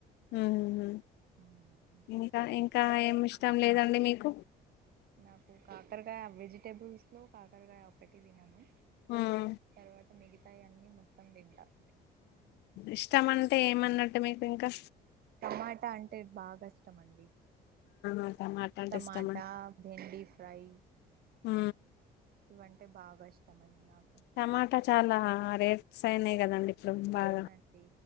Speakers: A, on the left; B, on the right.
A: ఉమ్
B: హ్మ్.
A: ఇంకా ఇంకా ఏమి ఇష్టం లేదండి మీకు
B: నాకు కాకరకాయ వెజిటేబుల్స్లో కాకరకాయ ఒకటి తినను
A: ఉమ్
B: తర్వా మిగతాయి అన్ని మొత్తం తింటాం
A: ఇష్టం అంటే ఏమన్నట్టు మీకు ఇంకా
B: టమాటా అంటే బాగా ఇష్టం అండి
A: ఆ టమాట అంటే
B: టమాటా
A: ఇష్టమా
B: బెండి ఫ్రై
A: ఆ
B: ఇవంటే బాగా ఇష్టమండి నాకు
A: టమాటా చాలా రేట్స్ అయినాయి కదండి ఇప్పుడు బాగా
B: అవునండి